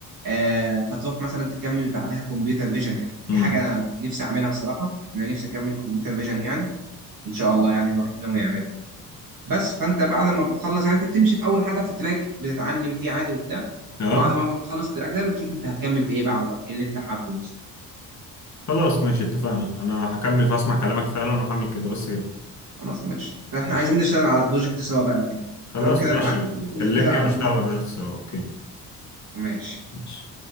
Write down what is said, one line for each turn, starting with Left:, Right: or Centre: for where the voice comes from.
Right: آه فتروح مثلا تكمل بعدها كمبيوتر فيجن يعني
Left: امم
Right: دي حاجة أنا نفسي أعملها الصراحة أنا نفسي أكمل كمبيوتر فيجن يعني إن شاء الله يعني الواحد ناوي يعملها بس فأنت بعد ما بتخلص يعني أنت بتمشي في أول حاجة في التراك بتتعلم فيه عادي وبتاع
Left: اه
Right: وبعد ما بتخلص التراك ده بتشوف أنت هتكمل في إيه بعده بقى إيه اللي أنت حابه بس
Left: خلاص ماشي اتفقنا انا هكمل فاسمع كلامك فعلا وهعمل كده بس كده
Right: خلاص ماشي إحنا
Left: ماشي
Right: عايزين نشتغل على بروجكت سوا بقى كده
Left: خلاص
Right: لو كده
Left: ماشي
Right: ابعت لي
Left: كلمني
Right: نشتغل على
Left: ونشتغل
Right: بروجكت
Left: على البروجكت سوا اوكي
Right: ماشي
Left: ماشي